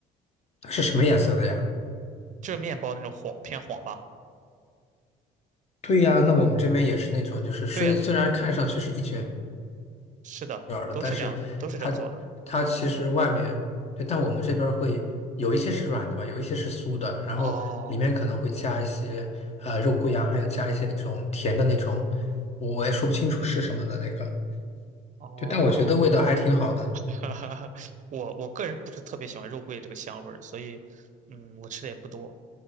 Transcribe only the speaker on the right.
就是面包那种黄偏黄吧？
对呀，是的，
都是这样，
都是这样做的。
哦
哦，
<laughs> 我我个人不是特别喜欢肉桂这个香味儿，所以嗯，我吃的也不多。